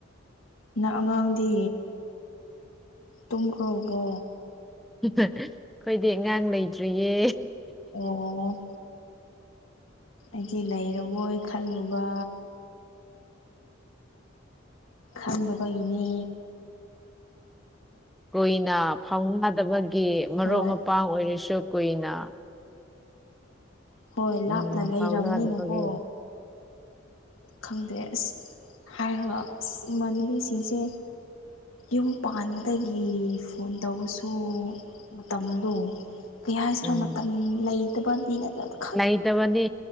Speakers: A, on the left; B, in the centre.
A: ꯅ ꯑꯉꯥꯡꯗꯤ ꯇꯨꯝꯈ꯭ꯔꯕꯣ
B: ꯑꯩꯈꯣꯏꯗꯤ ꯑꯉꯥꯡ ꯂꯩꯇ꯭ꯔꯤꯌꯦ
A: ꯑꯣ ꯑꯩꯗꯤ ꯂꯩꯔꯕꯣꯏ ꯈꯜꯂꯨꯕ ꯈꯡꯗꯕꯒꯤꯅꯦ
B: ꯀꯨꯏꯅ ꯐꯥꯎꯅꯗꯕꯒꯤ ꯃꯔꯨꯞ
A: ꯍꯣꯏ
B: ꯃꯄꯥꯡ ꯑꯣꯏꯔꯁꯨ ꯀꯨꯏꯅ
A: ꯍꯣꯏ
B: ꯎꯝ
A: ꯂꯥꯞꯅ ꯂꯩꯔꯕꯅꯤꯅꯀꯣ
B: ꯐꯥꯎꯅꯕꯗꯄꯒꯤ
A: ꯈꯪꯗ꯭ꯔꯦ ꯑꯁ ꯍꯥꯏꯔꯒ ꯑꯁ ꯏꯃꯥꯟꯅꯕꯤꯁꯤꯡꯁꯦ ꯌꯨꯝ ꯄꯥꯟꯕꯗꯒꯤ ꯐꯣꯟ ꯇꯧꯕꯁꯨ ꯃꯇꯝꯗꯣ ꯀꯩ ꯍꯥꯏꯁꯤꯔꯥ
B: ꯎꯝ
A: ꯃꯇꯝ ꯂꯩꯇꯕꯗꯤ ꯅꯠꯇꯕ
B: ꯂꯩꯇꯕꯅꯤ